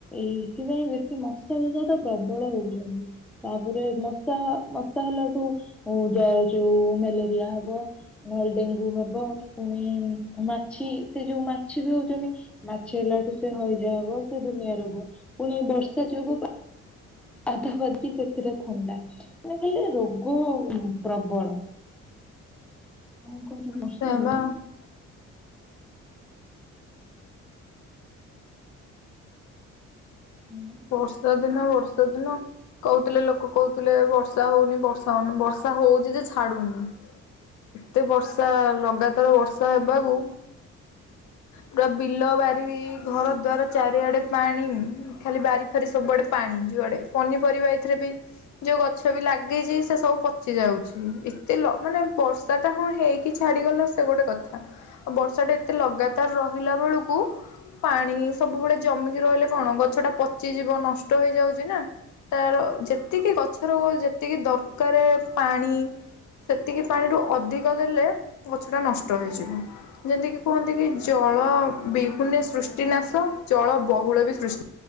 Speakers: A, in the centre; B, on the left.
A: ଏଇଥିପାଇଁ ବେଶୀ ମଶା <unintelligible> ତ ପ୍ରବଳ ହଉଛନ୍ତି। ତାପରେ ମଶା ମଶା ହେଲାଠୁ ହଇଜା ହଉଛି ମ୍ୟାଲେରିଆ ହବ। ନହେଲେ ଡେଙ୍ଗୁ ହବ ପୁଣି ମାଛି ସେ ଯୋଉ ମାଛି ବି ହଉଛନ୍ତି। ମାଛି ହେଲାଠୁ ସେ ହଇଜା ହବ ସେ ଦୁନିଆ ରୋଗ ପୁଣି ଏଇ ବର୍ଷା ଯୋଗୁଁ ଆଧାପାଦୀ ସେଥିରେ ଥଣ୍ଡା ମାନେ ଖାଲି ରୋଗ ଅ ପ୍ରବଳ। କଣ କରିବି ବର୍ଷା
B: ସେୟା
A: ରେ।
B: ବା
A: ହୁଁ।
B: ବର୍ଷା ଦିନ ବର୍ଷା ଦିନ କହୁଥିଲେ ଲୋକ କହୁଥିଲେ ବର୍ଷା ହଉନି ବର୍ଷା ହଉନି ବର୍ଷା ହଉଛି ଯେ ଛାଡୁନି। ଏତେ ବର୍ଷା ଲଗାତାର ବର୍ଷା ହେବାକୁ। ପୁରା ବିଲ ବାରି ଘର ଦ୍ବାର ଚାରିଆଡେ ପାଣି ଖାଲି ବାରିଫାରି ସବୁଆଡେ ପାଣି ଯୁଆଡ଼େ ପନିପରିବା ଏଥିରେ ବି ଯୋଉ ଗଛ ବି ଲାଗିଛି ସେ ସବୁ ପଚି ଯାଉଛି ଏତେ ଲ ମାନେ ବର୍ଷ ତାଟା ହଁ ହେଇକି ଛାଡିଗଲେ ସେ ଗୋଟେ କଥା। ଆଉ ବର୍ଷାଟା ଏତେ ଲଗାତାର ରହିଲା ବେଳକୁ ପାଣି ସବୁବେଳେ ଯମିକି ରହିଲେ କଣ ଗଛଟା ପଚିଯିବ ନଷ୍ଟ ହେଇଯାଉଛି ନା। ତାର ଯେତିକି ଗଛର ଯେତିକି ଦରକାରେ ପାଣି ସେତିକି ପାଣିରୁ ଅଧିକ ଦେଲେ ଗଛଟା ନଷ୍ଟ ହେଇଯିବ। ଯେମିତିକି କୁହନ୍ତି କି ଜଳ ବିହୁନେ ସୃଷ୍ଟି ନାଶ ଜଳ ବହୁଳ ବି ସୃଷ୍ଟି